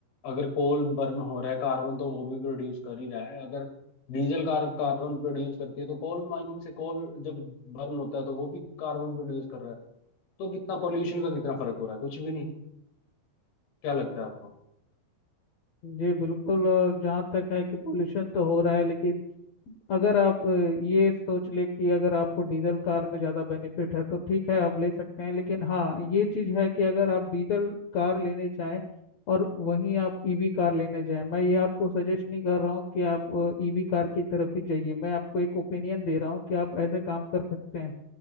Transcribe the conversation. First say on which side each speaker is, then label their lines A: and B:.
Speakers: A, on the left; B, on the left.
A: अगर कोल बर्न हो रहा है कार्बन तो वो भी प्रोड्यूस कर ही रहा है अगर डीजल कार कार्बन प्रोड्यूस करती है तो कोल माइनिंग से कोल जब बर्न होता है तो वो भी कार्बन प्रोड्यूस कर रहा है तो कितना पोल्यूशन का कितना फर्क हो रहा है कुछ भी नहीं क्या लगता है आपको
B: जी बिल्कुल और जहाँ तक है कि पोल्यूशन तो हो रहा है लेकिन अगर आप अ, ये सोच ले कि अगर आपको डीजल कार में ज़्यादा बेनिफिट है तो ठीक है आप ले सकते हैं लेकिन हाँ ये चीज़ है कि अगर आप डीजल कार लेने जाएं और वहीं आप ईवी कार लेने जाएं मैं ये आपको सजेस्ट नहीं कर रहा हूँ कि आप ईवी कार की तरफ ही जाइए मैं आपको एक ओपिनियन दे रहा हूँ कि आप ऐसे काम कर सकते हैं